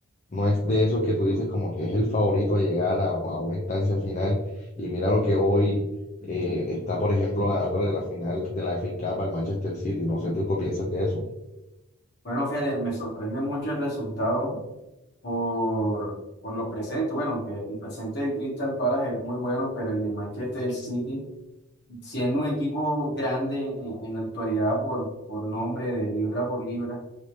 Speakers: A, on the left; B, on the left.
A: no es de esos que tú dices como que es el favorito a llegar a, a una instancia final. Y mira lo que hoy eh, está, por ejemplo, ganándole la final de la FA Cup al Manchester City. No sé tú qué piensas de eso.
B: Bueno, fíjate, me sorprende mucho el resultado por, por los presentes. Bueno, que el presente del Crystal Palace es muy bueno, pero el de Manchester City, siendo un equipo grande en, en la actualidad por, por nombre de libra por libra,